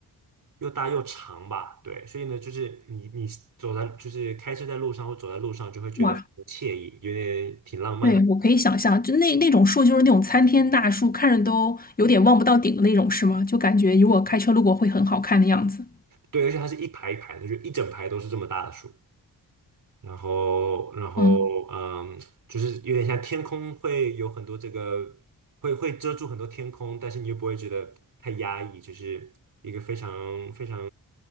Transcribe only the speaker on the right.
又大又长吧，对，所以呢，就是你你走在就是开车在路上或走在路上，就会觉得非常惬意，
有点挺浪漫的，
对，而且它是一排一排的，就一整排都是这么大的树。然后，然后，
嗯，就是有点像天空会有很多这个，会会遮住很多天空，但是你又不会觉得太压抑，就是一个非常非常，